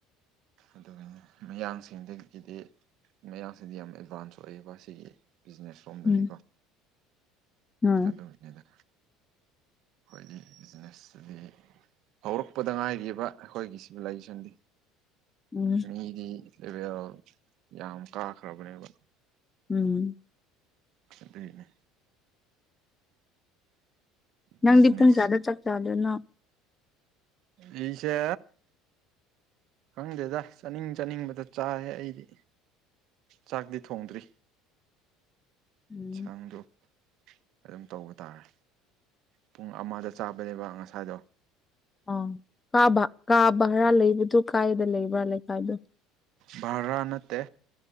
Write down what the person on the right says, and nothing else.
ꯑꯗꯨꯒꯤꯅꯤ ꯃꯌꯥꯡꯁꯤꯡꯗꯒꯤꯗꯤ ꯃꯌꯥꯡꯁꯤꯗꯤ ꯌꯥꯝ ꯑꯦꯗꯚꯥꯟꯁ ꯑꯣꯏꯌꯦꯕ ꯁꯤꯒꯤ ꯕꯤꯖꯤꯅꯦꯁꯔꯣꯝꯗꯗꯤ
ꯑꯗꯨꯒꯤꯅꯤꯗ ꯈꯣꯏꯗꯤ ꯕꯤꯖꯤꯅꯦꯁ ꯁꯤꯗꯤ ꯍꯧꯔꯛꯄꯗ ꯉꯥꯏꯔꯤꯕ ꯑꯩꯈꯣꯏꯒꯤ ꯁꯤꯚꯤꯂꯥꯏꯖꯦꯁꯟꯗꯤ
ꯃꯤꯗꯤ ꯂꯦꯕꯦꯜ ꯌꯥꯝ ꯀꯥꯈ꯭ꯔꯕꯅꯦꯕ
ꯑꯗꯨꯏꯅꯤ
ꯕꯤꯖꯤꯅꯦꯁ
ꯑꯩꯁꯦ ꯈꯪꯗꯦꯗ ꯆꯥꯅꯤꯡ ꯆꯥꯅꯤꯡꯕꯗ ꯆꯥꯏꯌꯦ ꯑꯩꯗꯤ ꯆꯥꯛꯇꯤ ꯊꯣꯡꯗ꯭ꯔꯤ
ꯏꯟꯁꯥꯡꯗꯣ ꯑꯗꯨꯝ ꯇꯧꯕ ꯇꯥꯔꯦ ꯄꯨꯡ ꯑꯃꯗ ꯆꯥꯕꯅꯦꯕ ꯉꯁꯥꯏꯗꯣ
ꯕꯔꯥ ꯅꯠꯇꯦ